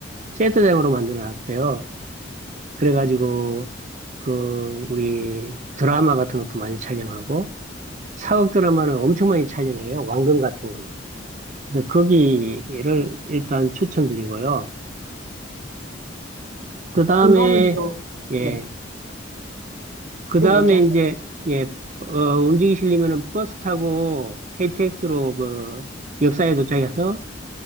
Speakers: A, on the right (about 40°); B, on the right (about 85°).
A: 세트장으로 만들어 놨어요. 그래가지고 그 우리 드라마 같은 것도 많이 촬영하고 사극 드라마는 엄청 많이 촬영해요. 왕궁 같은 거. 그래서 거기를 일단 추천드리고요. 그 다음에
B: 그러면 여,
A: 예.
B: 네,
A: 그
B: 네,
A: 다음에
B: 얘기하세요.
A: 이제, 예, 어, 움직이시려면은 버스 타고 KTX로 그 역사에 도착해서